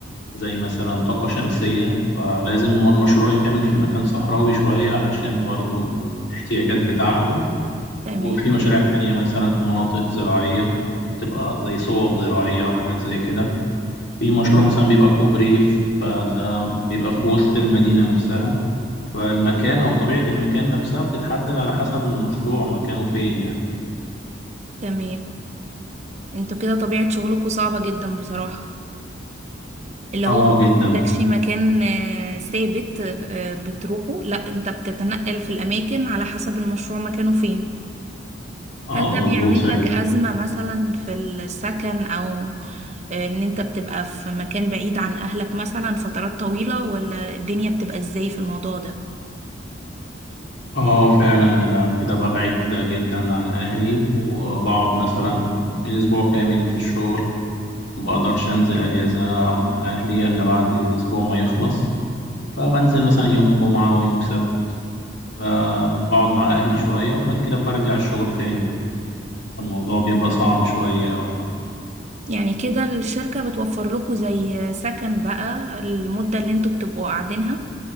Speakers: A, on the left; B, on the right.
A: زي مثلا طاقة شمسية فلازم المشروع يتعمل في مكان صحراوي شوية علشان برضو الاحتياجات بتاعته
B: تمام
A: وفي مشاريع تانية مثلا في مناطق زراعية بتبقى زي صوب زراعية أو حاجات زي كده في مشروع مثلا بيبقى كوبري فده بيبقى في وسط المدينة نفسها فالمكان أو طبيعة المكان نفسها بتتحدد على حسب المشروع مكانه فين يعني
B: تمام انتوا كده طبيعة شغلكوا صعبة جدا بصراحة اللي
A: اه
B: هو انت
A: جدا
B: ما عندكش
A: والله.
B: مكان آه، ثابت آه، بتروحه لا انت بتتنقل في الاماكن على حسب المشروع مكانه فين
A: اه
B: هل ده
A: مظبوط
B: بيعمل
A: فعلا
B: لك ازمة مثلا في السكن او آه، ان انت بتبقى في مكان بعيد عن اهلك مثلا فترات طويلة ولا الدنيا بتبقى ازاي في الموضوع ده
A: اه فعلا انا كده ببعد جدا عن اهلي وبقعد مثلا الاسبوع كامل في الشغل ما بقدرش انزل اجازة اقعد مع اهلي الا بعد الاسبوع ما يخلص فبنزل مثلا يوم جمعة ويوم سبت ب- بقعد مع أهلي شوية وبعد كده برجع الشغل تاني الموضوع بيبقى صعب شوية اه
B: يعني كده الشركة بتوفر لكم زي سكن بقى المدة اللي انتوا بتبقوا قاعدينها